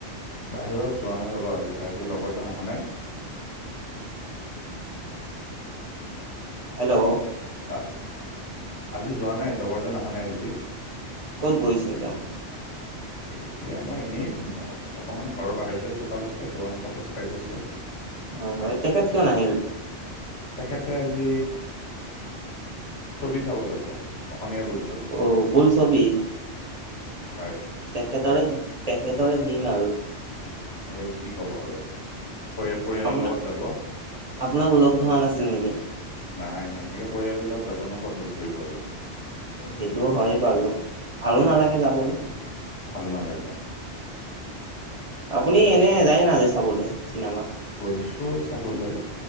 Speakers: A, on the left; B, on the right.
A: বাহিৰত যোৱা নাই ৰ'বা আজি, আজি লগৰজন আহা নাই।
B: হেল্ল'।
A: আহ, আজি যোৱা নাই লগৰজন আহা নাই আজি।
B: ক'ত গৈছে তেওঁ?
A: এ এতিয়া মই এনেই অকমান ঘৰৰ বাহিৰতে চোতালতে দুৱাৰ মুখত খোজকাঢ়ি আছো।
B: হয় হয়, তেখেত কিয় নাহিল?
A: তেখেতে আজি, ছবি চাব যাব অসমীয়া বোলছবি।
B: অ', বোলছবি।
A: হয়।
B: তেখেতৰে, তেখেতৰে দিন আৰু।
A: এই কি কবা আৰু। পৰি পৰিয়ালৰ
B: আপাৰ,
A: লগত যাব।
B: আপোনাক লগ ধৰা নাছিল নিকি?
A: নাই নাই, এনেকে পৰিয়ালৰ লগত যাব ন ক'ত লগ ধৰিব আৰু।
B: সেইটোও হয় বাৰু ভালো
A: হয়
B: নালাগে যাবলৈ।
A: ভালো নালাগে।
B: আপুনি এনে যায় নে নাযায় চাবলে চিনেমা?
A: গৈছো চাবলৈ,